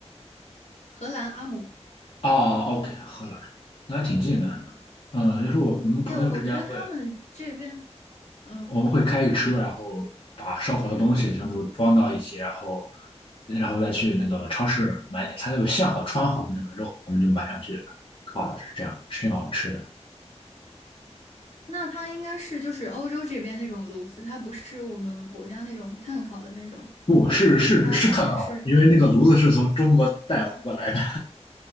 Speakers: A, on the left; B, on the left.
A: <laughs> 荷兰阿姆。
B: 哦，OK，荷兰，那挺近的。呃，就是我们朋友之间会，
A: 对，我觉得他们这边，嗯，
B: 我们会开个车，然后把烧火的东西全部装到一起，然后，然后再去那个超市买点，它有现好穿好的那个肉，我们就买上去烤了，是这样，是这样吃的。
A: 那它应该是就是欧洲这边那种炉子，它不是我们国家那种碳烤的那种，
B: 不，是是是碳烤的，
A: 它上面是，
B: 因为那个炉子是从中国带回过来的。